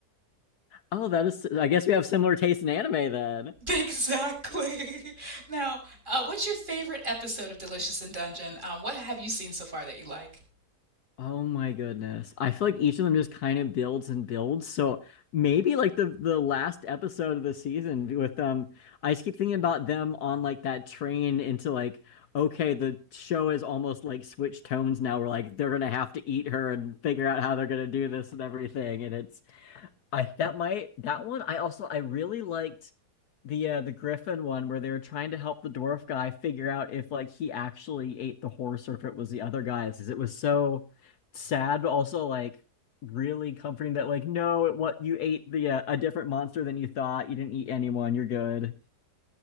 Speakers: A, on the left (about 75°); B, on the right (about 30°).
A: Oh, that is I guess we have similar taste in anime then.
B: <laughs> Exactly. <laughs> Now, uh, what's your favorite episode of Delicious in Dungeon? Um, what have you seen so far that you like?
A: Oh my goodness. I feel like each of them just kind of builds and builds. So maybe like the the last episode of the season with them, I just keep thinking about them on like that train into like, okay, the show is almost like switched tones now. We're like they're gonna have to eat her and figure out how they're gonna do this and everything. And it's I that might that one I also I really liked the uh the Griffin one where they were trying to help the dwarf guy figure out if like he actually ate the horse or if it was the other guy's. 'cause It was so sad, but also like really comforting that like no, it what you ate the uh, a different monster than you thought. You didn't eat anyone. You're good.